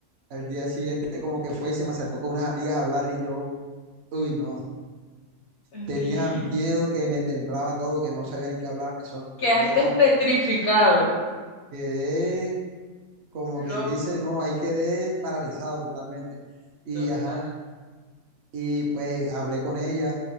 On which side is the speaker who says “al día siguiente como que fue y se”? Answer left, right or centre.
Right